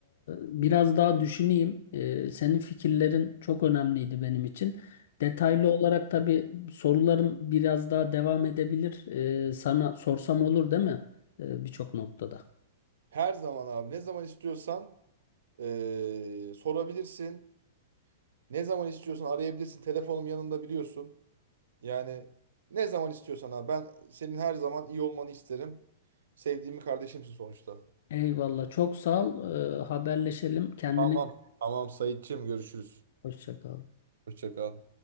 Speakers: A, on the left; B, on the right.
A: biraz daha düşüneyim. E, senin fikirlerin çok önemliydi benim için. Detaylı
B: Hı.
A: olarak tabii sorularım biraz daha devam edebilir. E, sana sorsam olur değil mi? E, birçok noktada.
B: Her zaman abi ne zaman istiyorsan e, sorabilirsin. Ne zaman istiyorsan arayabilirsin. Telefonum yanında biliyorsun. Yani ne zaman istiyorsan abi. Ben senin her zaman iyi olmanı isterim. Sevdiğimi kardeşimsin sonuçta.
A: Eyvallah. Çok sağ ol. E, haberleşelim. Kendine
B: Tamam. Tamam Saitçiğim görüşürüz.
A: hoşça kal.
B: Hoşça kal.